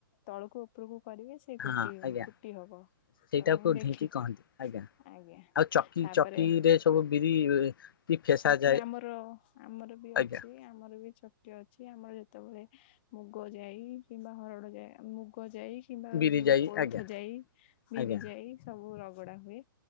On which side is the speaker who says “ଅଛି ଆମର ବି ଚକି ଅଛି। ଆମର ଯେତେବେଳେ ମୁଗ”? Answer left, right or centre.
Left